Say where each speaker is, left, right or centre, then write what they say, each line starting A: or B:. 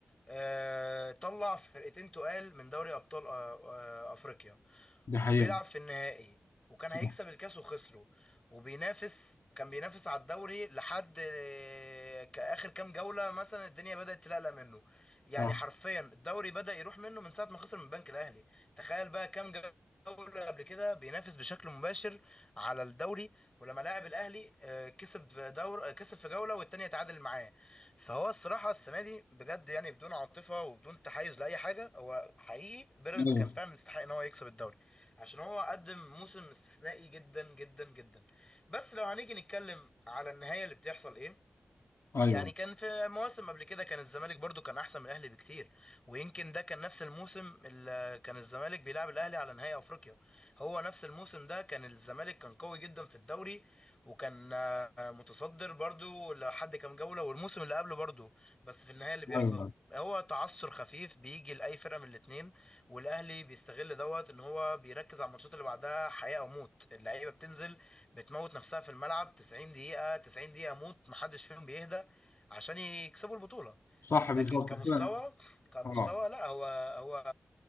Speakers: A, on the left (about 20°); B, on the left (about 60°).
A: آه، طلع فرقتين تقال من دوري ابطال آه، آه، افريقيا
B: دي حقيقه
A: وبيلعب في النهائي وكان
B: صح
A: هيكسب الكاس وخسره وبينافس كان بينافس على الدوري لحد آه، ك- اخر كام جولة مثلا الدنيا بدأت تلقلق منه يعني
B: صح
A: حرفيا الدوري بدأ يروح منه من ساعة ما خسر من البنك الاهلي تخيل بقى كام جولة قبل كده بينافس بشكل مباشر على الدوري ولما لاعب الاهلي آه، كسب في دور آه، كسب في جولة والتانية تعادل معاه فهو الصراحه السنه دي بجد يعني بدون عاطفه وبدون تحيز لاي حاجه هو حقيقي بيراميدز
B: ايوه
A: كان فعلا يستحق ان هو يكسب الدوري عشان هو قدم موسم استثنائي جدا جدا جدا بس لو هنيجي نتكلم على النهايه اللي بتحصل ايه
B: ايوه
A: يعني كان في مواسم قبل كده كان الزمالك برضو كان احسن من الاهلي بكتير ويمكن ده كان نفس الموسم اللي كان الزمالك بيلعب الاهلي على نهائي افريقيا هو نفس الموسم ده كان الزمالك كان قوي جدا في الدوري وكان آه، متصدر برضو لحد كام جولة والموسم اللي قبله برضو بس في النهاية اللي بيحصل
B: ايوه
A: هو تعثر خفيف بيجي لأي فرقة من الاتنين والأهلي بيستغل دوت إن هو بيركز على الماتشات اللي بعدها حياة أو موت اللعيبة بتنزل بتموت نفسها في الملعب 90 دقيقة 90 دقيقة موت محدش فيهم بيهدى عشان يكسبوا البطولة
B: صح
A: لكن
B: بالظبط
A: كمستوى
B: فعلا
A: كمستوى
B: اه
A: لا هو هو